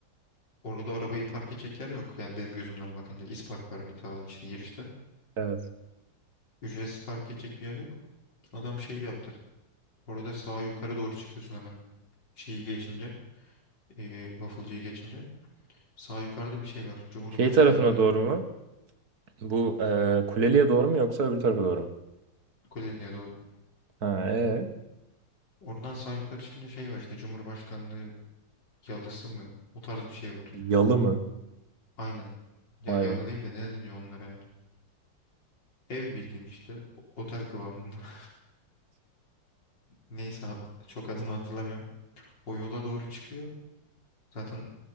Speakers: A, on the left; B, on the right.
A: Orada arabayı park edecek yer yok. Yani benim gözümden bakınca İspark var bir ta işte girişte.
B: Evet.
A: Ücretsiz park edecek bir yer yok. Adam şey yaptı. Orada sağa yukarı doğru çıkıyorsun hemen şeyi geçince. E, Waffle'cıyı geçince. Sağ yukarıda bir şey var. Cumhurbaşkanlığı
B: Şey tarafına doğru mu? Bu e, Kuleli'ye doğru mu yoksa öbür tarafa doğru mu?
A: Kuleli'ye doğru.
B: Ha, ee?
A: Oradan sağ yukarı çıkınca şey var işte Cumhurbaşkanlığı yalısı mı? O tarz bir şey var.
B: Yalı mı?
A: Aynen. Ya
B: Vay
A: yalı
B: be.
A: değil de ne deniyor onlara? ya? Ev bildiğin işte o- otel kıvamında. <laughs> Neyse ad- çok adını hatırlamıyorum. O yola doğru çıkıyor. Zaten